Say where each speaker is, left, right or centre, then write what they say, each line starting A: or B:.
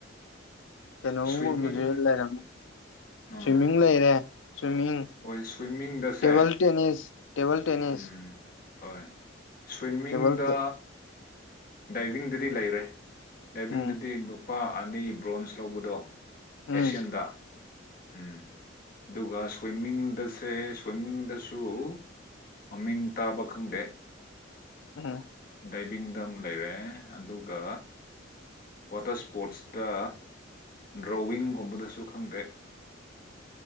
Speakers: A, on the left (about 80°); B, on the left (about 50°).
A: ꯀꯩꯅꯣꯝꯒꯨꯝꯕꯁꯦ
B: ꯁ꯭ꯋꯤꯝꯃꯤꯡ
A: ꯂꯩꯔꯝ
B: ꯑꯥ
A: ꯁ꯭ꯋꯤꯃꯤꯡ ꯂꯩꯔꯦ ꯁ꯭ꯋꯤꯝꯃꯤꯡ
B: ꯍꯣꯏ ꯁ꯭ꯋꯤꯃꯤꯡꯗꯁꯦ
A: ꯇꯦꯕꯜ ꯇꯦꯅꯤꯁ ꯇꯦꯕꯜ ꯇꯦꯅꯤꯁ
B: ꯎꯝ ꯍꯣꯏ ꯁ꯭ꯋꯤꯝꯃꯤꯡꯗ
A: ꯇꯦꯕꯜ
B: ꯗꯥꯏꯕꯤꯡꯗꯗꯤ ꯂꯩꯔꯦ ꯗꯥꯏꯕꯤꯡꯗꯨꯗꯤ
A: ꯎꯝ
B: ꯅꯨꯄꯥ ꯑꯅꯤ ꯕ꯭ꯔꯣꯟꯖ ꯂꯧꯕꯗꯣ
A: ꯎꯝ
B: ꯑꯦꯁꯤꯌꯥꯟꯗ ꯎꯝ ꯑꯗꯨꯒ ꯁ꯭ꯋꯤꯃꯤꯡꯗꯁꯦ ꯁ꯭ꯋꯤꯝꯃꯤꯡꯗꯁꯨ ꯃꯃꯤꯡ ꯇꯥꯕ ꯈꯪꯗꯦ
A: ꯎꯝ
B: ꯗꯥꯏꯕꯤꯡꯗ ꯑꯃꯨ ꯂꯩꯔꯦ ꯑꯗꯨꯒ ꯋꯥꯇꯔ ꯁꯄꯣꯔꯠꯁꯇ ꯗ꯭ꯔꯣꯋꯤꯡꯒꯨꯝꯕꯗꯁꯨ ꯈꯪꯗꯦ <inaudible>